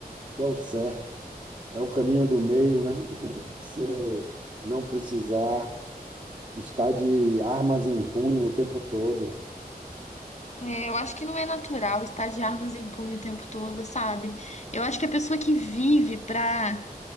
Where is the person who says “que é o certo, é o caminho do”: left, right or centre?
Right